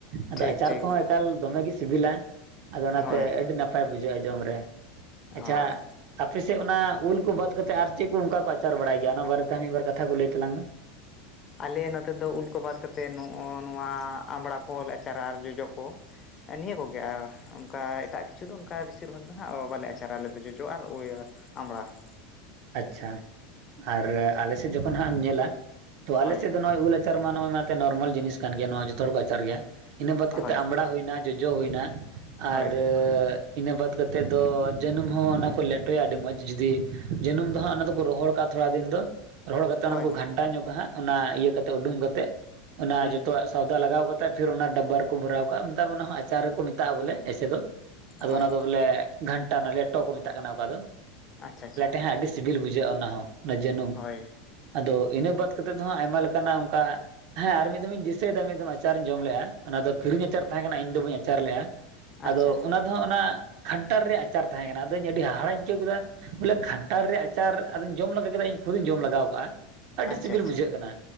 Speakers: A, on the right (about 55°); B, on the left (about 25°).
A: ᱟᱫᱚ
B: ᱴᱷᱤᱠ
A: ᱟᱪᱟᱨ
B: ᱴᱷᱤᱠ
A: ᱠᱚᱦᱚᱸ᱾ ᱮᱠᱟᱞ ᱫᱚᱢᱮᱜ ᱜᱮ ᱥᱤᱵᱤᱞᱟ, ᱟᱫᱚ ᱚᱱᱟᱛᱮ
B: ᱦᱳᱭ
A: ᱟᱹᱰᱤ ᱱᱟᱯᱟᱭ ᱵᱩᱡᱷᱟᱹᱜᱼᱟ ᱡᱚᱢ ᱨᱮ ᱾ ᱟᱪᱪᱷᱟ
B: ᱦᱳᱭ
A: ᱟᱯᱮᱥᱮᱫ ᱚᱱᱟ ᱩᱞ ᱠᱚ ᱵᱟᱫ ᱠᱟᱛᱮᱫ ᱟᱨ ᱪᱮᱫ ᱠᱚ ᱚᱱᱠᱟ ᱠᱚ ᱟᱪᱟᱨ ᱵᱟᱲᱟᱭ ᱜᱮᱭᱟ ᱚᱱᱟ ᱵᱟᱨᱮᱛᱮ ᱢᱤᱫ ᱵᱟᱨ ᱠᱟᱛᱷᱟ ᱠᱚ ᱞᱟᱹᱭ ᱛᱟᱞᱟᱝ ᱢᱮ ᱾
B: ᱟᱞᱮ ᱱᱚᱛᱮ ᱫᱚ ᱩᱞ ᱠᱚ ᱵᱟᱫ ᱠᱟᱛᱮᱫ ᱱᱚᱜᱼᱚ ᱱᱚᱣᱟ ᱟᱢᱲᱟ ᱠᱚ ᱟᱪᱟᱨᱟ ᱟᱨ ᱡᱚᱡᱚ ᱠᱚ ᱾ ᱱᱤᱭᱟᱹ ᱠᱚᱜᱮ ᱟᱨ ᱚᱱᱠᱟ ᱮᱴᱟᱜ ᱠᱤᱪᱷᱩ ᱫᱚ ᱚᱱᱠᱟ ᱵᱮᱥᱤᱨ ᱵᱷᱟᱜᱽ ᱫᱚ ᱱᱟᱦᱟᱜ ᱵᱟᱞᱮ ᱟᱪᱟᱨᱟ ᱟᱞᱮ ᱫᱚ ᱡᱚᱡᱚ ᱟᱨ᱾ ᱟᱢᱲᱟ ᱾
A: ᱟᱪᱪᱷᱟ ᱟᱨ ᱟᱞᱮᱥᱮᱫ ᱡᱚᱠᱷᱚᱱ ᱦᱟᱸᱜ ᱮᱢ ᱧᱮᱞᱟ ᱛᱚ ᱟᱞᱮᱥᱮᱫ
B: ᱦᱳᱭ
A: ᱫᱚ ᱱᱚᱜᱼᱚᱭ ᱩᱞ᱾ ᱟᱪᱟᱨ ᱢᱟ ᱱᱚᱜᱼᱚᱭ ᱱᱚᱨᱢᱟᱞ ᱡᱤᱱᱤᱥ ᱠᱟᱱ ᱜᱮᱭᱟ ᱱᱚᱣᱟ ᱡᱚᱛᱚ ᱦᱚᱲ ᱠᱚ ᱟᱪᱟᱨ ᱜᱮᱭᱟ ᱤᱱᱟᱹ ᱵᱟᱫ ᱠᱟᱛᱮᱫ
B: ᱦᱳᱭ
A: ᱟᱢᱵᱽᱲᱟ ᱦᱩᱭᱱᱟ᱾ ᱡᱚᱡᱚ ᱦᱩᱭᱱᱟ
B: ᱦᱳᱭ
A: ᱟᱨ᱾ ᱤᱱᱟᱹ ᱵᱟᱫ ᱠᱟᱛᱮᱫ ᱫᱚ ᱡᱟᱹᱱᱩᱢ ᱦᱚᱸ ᱚᱱᱟ ᱠᱚ ᱞᱮᱴᱚᱭᱟ ᱟᱹᱰᱤ ᱢᱚᱸᱡᱽ ᱡᱩᱫᱤ᱾ ᱡᱟᱹᱱᱩᱢ ᱫᱚ ᱦᱟᱸᱜ ᱚᱱᱟ ᱫᱚᱠᱚ ᱨᱚᱦᱚᱲ ᱠᱟᱜᱼᱟ ᱛᱷᱚᱲᱟ ᱫᱤᱱ ᱫᱚ ᱨᱚᱦᱚᱲ ᱠᱟᱛᱮ ᱚᱱᱟ
B: ᱦᱳᱭ
A: ᱫᱚᱠᱚ
B: ᱦᱳᱭ
A: ᱜᱷᱟᱱᱴᱟ ᱧᱚᱜ ᱠᱟᱦᱟᱸᱜ᱾ ᱚᱱᱟ ᱤᱭᱟᱹ ᱠᱟᱛᱮ ᱩᱰᱩᱝ ᱠᱟᱛᱮ ᱚᱱᱟ
B: ᱦᱩᱸ
A: ᱡᱚᱛᱚᱣᱟᱜ᱾ ᱥᱟᱣᱫᱟ ᱞᱟᱜᱟᱣ ᱠᱟᱛᱮᱫ ᱯᱷᱤᱨ ᱚᱱᱟ ᱰᱟᱵᱵᱟ ᱨᱮᱠᱚ ᱵᱷᱚᱨᱟᱣ ᱠᱟᱜᱼᱟ ᱢᱮᱛᱟᱜ ᱢᱮ ᱠᱟᱱᱟ ᱚᱱᱟ ᱟᱪᱟᱨ ᱨᱮᱠᱚ ᱢᱮᱛᱟᱜᱼᱟ ᱵᱚᱞᱮ ᱮᱭᱥᱮ ᱫᱚ᱾ ᱟᱫᱚ
B: ᱦᱳᱭ
A: ᱚᱱᱟ ᱫᱚ ᱵᱚᱞᱮ ᱜᱷᱟᱱᱴᱟ ᱞᱮᱴᱚ ᱠᱚ ᱢᱮᱛᱟᱜ ᱠᱟᱱᱟ ᱚᱠᱟ ᱫᱚ᱾
B: ᱟᱪᱪᱷᱟ ᱟᱪᱪᱷᱟ
A: ᱦᱮᱸ ᱟᱹᱰᱤ ᱥᱤᱵᱤᱞ ᱵᱩᱡᱷᱟᱹᱜᱼᱟ ᱚᱱᱟ ᱦᱚᱸ ᱚᱱᱟ ᱡᱟᱹᱱᱩᱢ᱾
B: ᱦᱳᱭ
A: ᱟᱫᱚ ᱤᱱᱟᱹ ᱵᱟᱫ ᱠᱟᱛᱮᱫ ᱫᱚᱦᱟᱜ ᱟᱭᱢᱟ ᱞᱮᱠᱟᱱᱟᱜ ᱚᱱᱠᱟ᱾ ᱦᱮᱸ ᱟᱨ ᱢᱤᱫ ᱫᱚᱢ ᱤᱧ ᱫᱤᱥᱟᱹᱭᱮᱫᱟ ᱢᱤᱫ ᱫᱷᱟᱢ ᱟᱪᱟᱨᱤᱧ ᱡᱚᱢ ᱞᱮᱼᱟ ᱚᱱᱟ ᱫᱚ ᱠᱤᱨᱤᱧ ᱟᱪᱟᱨ ᱛᱟᱦᱮᱸ ᱠᱟᱱᱟ ᱤᱧ ᱫᱚ ᱵᱟᱹᱧ ᱟᱪᱟᱨ ᱞᱮᱜᱼᱟ᱾ ᱟᱫᱚ
B: ᱟᱪᱪᱷᱟ
A: ᱚᱱᱟ ᱫᱚ ᱦᱟᱸᱜ ᱚᱱᱟ ᱠᱷᱟᱱᱴᱟᱲ ᱨᱮᱭᱟᱜ ᱟᱪᱟᱨ ᱛᱟᱦᱮᱸ ᱠᱟᱱᱟ ᱟᱫᱚᱧ ᱟᱹᱰᱤ ᱦᱟᱦᱟᱲᱟᱧ ᱟᱹᱭᱠᱟᱹᱣ ᱠᱮᱫᱟ ᱵᱚᱞᱮ᱾ ᱠᱷᱟᱱᱴᱟᱲ ᱨᱮᱭᱟᱜ ᱟᱪᱟᱨ ᱟᱫᱚᱧ ᱡᱚᱢ ᱞᱮᱜᱟ ᱠᱮᱫᱟ ᱤᱧ ᱠᱷᱩᱫ ᱤᱧ ᱡᱚᱢ ᱞᱟᱜᱟᱣ ᱠᱟᱜᱼᱟ ᱟᱹᱰᱤ
B: ᱟᱪᱪᱷᱟ
A: ᱥᱤᱵᱤᱞ
B: ᱟᱪᱪᱷᱟ
A: ᱵᱩᱡᱷᱟᱹᱜ ᱠᱟᱱᱟ᱾